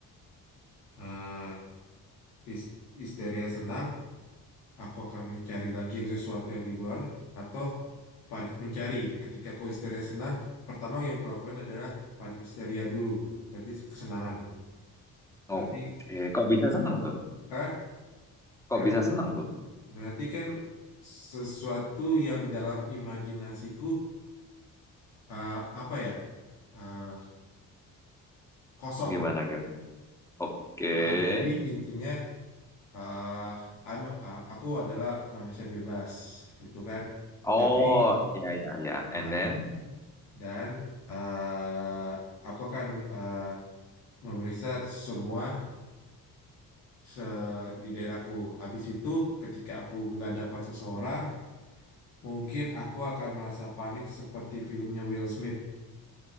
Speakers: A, on the left; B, in the centre.
A: eh, his- histeria senang. Aku akan mencari lagi yang sesuatu yang di luar atau panik mencari. Ketika aku histeria senang, pertama yang kulakukan adalah panik histeria dulu. Berarti kesenangan. Berarti
B: Oke, kok bisa seneng tuh?
A: ah,
B: Kok
A: ya
B: bisa
A: berarti
B: seneng tuh?
A: berarti kan sesuatu yang dalam imajinasiku eh, apa ya? eh, kosong.
B: Gimana gimana? Oke.
A: Eh, jadi intinya eh, I'm- eh, aku adalah manusia bebas, itu kan.
B: Oh,
A: Tapi
B: ya ya ya. And
A: nah,
B: then,
A: dan eh, aku akan eh, memeriksa semua se- di daerahku. Habis itu, ketika aku nggak dapat seseorang, mungkin aku akan merasa panik seperti filmnya Will Smith.